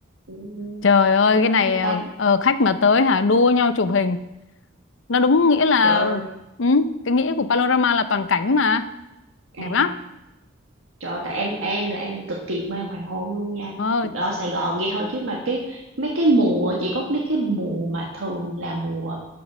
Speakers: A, on the right (about 80°); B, on the left (about 70°).
A: Ừ,
B: trời ơi
A: đã
B: cái này
A: gì
B: ờ,
A: ta?
B: ờ, khách mà tới hả đua nhau chụp hình nó đúng nghĩa là
A: Trời ơi,
B: ừ, cái nghĩa của panorama là toàn cảnh mà đẹp
A: À,
B: lắm
A: trời ơi, tại em em là em cực kỳ mê hoàng hôn luôn nha.
B: ờ
A: Ở Sài Gòn vậy thôi chứ mà cái mấy cái mùa chỉ có mấy cái mùa mà thường là mùa